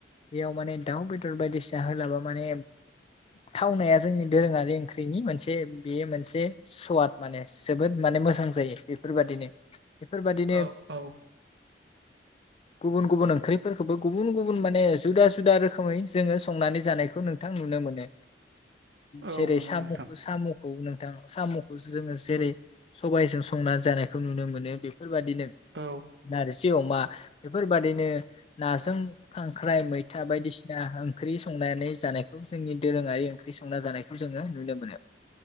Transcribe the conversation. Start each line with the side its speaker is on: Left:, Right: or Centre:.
Left: बेयाव माने दाउ बेदर बायदिसिना होलाबा माने थावनाया जोंनि दोरोङारि ओंख्रिनि मोनसे। बेयो मोनसे सवाद माने जोबोद माने मोजां जायो। बेफोरबादिनो बेफोरबादिनो।
Right: औ औ
Left: गुबुन गुबुन ओंख्रिफोरखौबो गुबुन गुबुन माने जुदा जुदा रोखोमै जोङो संनानै जानायखौ नोंथां नुनो मोनो।
Right: औ
Left: जेरै
Right: मोनो
Left: साम'खौ
Right: नोंथां
Left: साम'। नोंथां साम'खौ जोङो जेरै सबायजों संनानै जानायखौ नुनो मोनो बे बेफोरबादिनो
Right: औ
Left: नि अमा बेफोरबादिनो नाजों खांख्राइ मैथा बायदिसिना ओंख्रि संनानै जानायखौ जोंनि दोरोङारि ओंख्रि संना जानायखौ जोङो नुनो मोनो